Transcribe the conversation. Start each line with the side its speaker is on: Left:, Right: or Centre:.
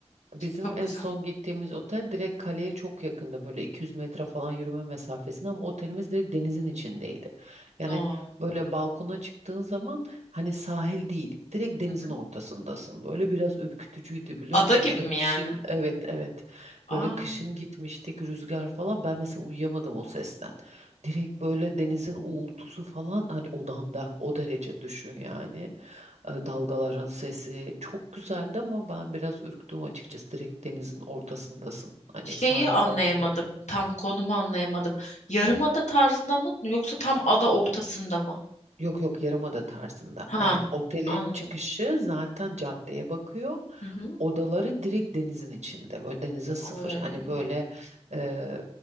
Right: Bizim
Left: Çok
Right: en
Left: güzel.
Right: son gittiğimiz otel direkt kaleye çok yakındı. Böyle 200 metre falan yürüme mesafesinde ama otelimiz direkt denizin içindeydi. Yani
Left: Oo.
Right: böyle balkona çıktığın zaman hani sahil değil, direkt denizin
Left: Hı hı.
Right: ortasındasın. Böyle biraz ürkütücüydü biliyor
Left: Ada
Right: musun?
Left: gibi
Right: Biz de
Left: mi
Right: kışın
Left: yani?
Right: evet evet
Left: Aa.
Right: böyle kışın gitmiştik rüzgar falan ben mesela uyuyamadım o sesten. Direkt böyle denizin uğultusu falan hani odanda o derece düşün yani e, dalgaların sesi çok güzeldi ama ben biraz ürktüm açıkçası. Direkt denizin ortasındasın. Hani
Left: Şeyi
Right: sahil
Left: anlayamadım.
Right: falan da yok.
Left: Tam konumu anlayamadım. Yarımada tarzında mı yoksa tam ada ortasında mı?
Right: Yok yok Yarımada tarzında.
Left: Ha,
Right: Hani otelin
Left: anladım.
Right: çıkışı zaten caddeye bakıyor.
Left: Hı hı.
Right: Odaları direkt denizin içinde. Böyle denize sıfır.
Left: Ay,
Right: Hani böyle e,